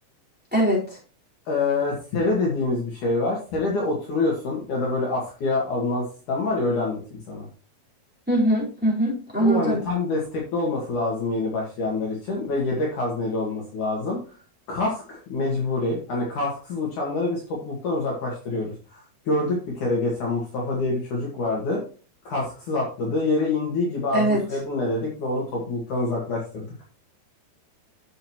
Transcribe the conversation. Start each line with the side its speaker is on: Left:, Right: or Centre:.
Centre: Evet.
Left: E, sele dediğimiz bir şey var. Sele de oturuyorsun ya da böyle askıya alınan sistem var ya öyle anlatayım sana.
Centre: Hı hı. Hı hı. Anladım.
Left: Bu hani tam destekli olması lazım yeni başlayanlar için ve yedek hazneli olması lazım. Kask mecburi. Hani kasksız uçanları biz topluluktan uzaklaştırıyoruz. Gördük bir kere geçen Mustafa diye bir çocuk vardı. Kasksız atladı. Yere indiği gibi adın
Centre: Evet.
Left: soyadın ne dedik ve onu topluluktan uzaklaştırdık.